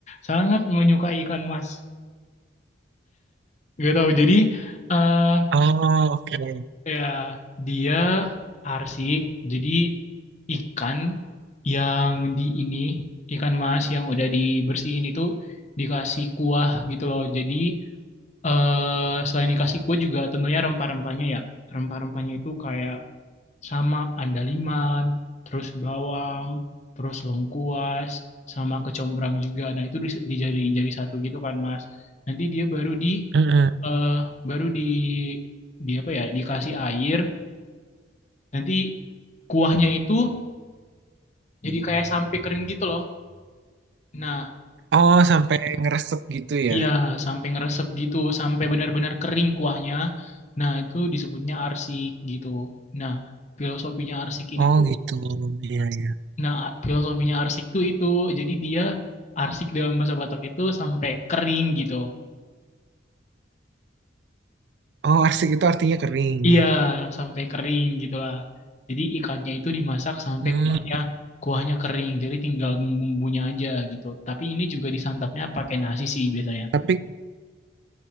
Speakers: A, on the left (about 35°); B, on the right (about 60°).
A: sangat menyukai ikan mas. Gak tahu. Jadi eh
B: Oh, oke.
A: ya dia arsik. Jadi ikan yang di ini ikan mas yang udah dibersihin itu dikasih kuah gitu loh. Jadi eh selain dikasih kuah juga tentunya rempah-rempahnya ya. Rempah-rempahnya itu kayak sama andaliman, terus bawang, terus lengkuas, sama kecombrang juga. Nah, itu dis- dijadiin jadi satu gitu kan, Mas. Nanti dia baru di
B: Mm-mm.
A: eh baru di di apa ya, dikasih air. Nanti kuahnya itu jadi kayak sampai kering gitu loh. Nah,
B: Oh, sampai ngeresep gitu ya.
A: iya sampai ngeresep gitu, sampai benar-benar kering kuahnya. Nah, itu disebutnya arsik gitu. Nah, filosofinya arsik ini
B: Oh,
A: tuh
B: gitu. Iya, iya.
A: Nah, a- filosofinya arsik tuh itu. Jadi dia arsik dalam bahasa Batak itu sampai kering gitu.
B: Oh, arsik itu artinya kering.
A: Iya, sampai kering gitu lah. Jadi ikannya itu dimasak sampai
B: Hmm,
A: kuahnya kuahnya kering. Jadi tinggal bumbunya aja gitu. Tapi ini juga disantapnya pakai nasi sih biasanya.
B: tapi